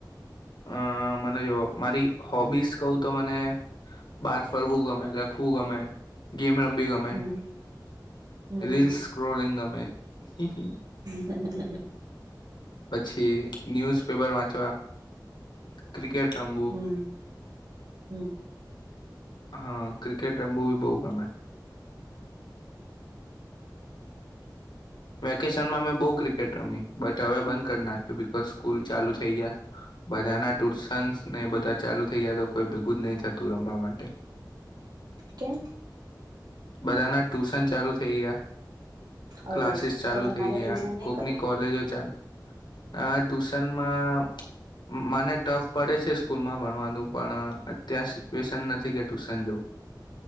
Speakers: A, on the left; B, on the right.
A: અ મને જો મારી હો બીસ કહુ તો મને બાર ફરવું ગમેજા ખું ગમે ગેમ રમબી ગમે
B: હમ હમ
A: રીલસ સક્રોરિલંગ ગમે હી હી
B: હ હ હ
A: પછી ન્યુઝ પેપર વાંચવા ક્રિકેટ રમવુ
B: હમ હમ
A: હા ક્રિકેટ રમવુ બી બહુ ગમે વેકેશનમાં મેં બહુ ક્રિકેટ રમી બટ હવે બંધ કરી નાખ્યું બકુ બસ સ્કૂલ ચાલુ થઈ ગયા બધા ના ટ્યુશન્સ ને બધા ચાલુ થઇ ગયા તો કોઈ ભેગું જ નહી થતું રમવા માટે
B: કેમ
A: બધાના ટ્યુશન ચાલુ થઈ ગયા
B: અરે
A: ક્લાસીસ ચાલુ
B: તો તમારે
A: થઇ ગયા
B: ટ્યુશન નહી
A: કોકની
B: કરવું?
A: કોલેજો ચાલુ આ ટ્યુશનમાં મને ટફ પડે છે સ્કૂલ માં ભણવાનું પણ અટ ત્યાંશ ટુશન નથી ગયા કે ટુશન જવું